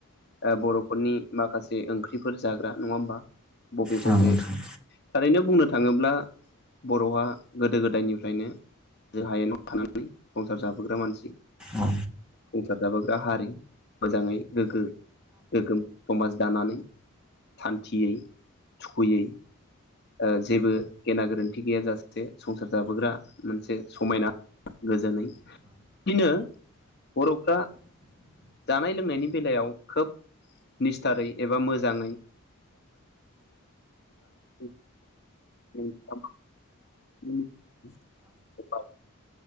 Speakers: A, on the left; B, in the centre.
A: ओ बर'फोरनि माखासे ओंख्रिफोर जाग्रा नङा होमबा? बबे
B: औ
A: बबे
B: नोंथां
A: थारैनो बुंनो थाङोब्ला बर'आ गोदो गोदायनिफ्रायनो दोहायेनाव थानानै संसार जाबोग्रा मानसि।
B: औ
A: संसार जाबोग्रा हारि मोजाङै गोग्गो गोग्गोम समाज दानानै सान्थियै थुखुयै ओ जेबो गेना गोरोन्थि गैय जासे संसार जाबोग्रा मोनसे समायना गोजोनै दिनो बर'फ्रा जानाय लोंनायनि बेलायाव खोब निस्थारै एबा मोजाङै <unintelligible> <unintelligible> <inaudible>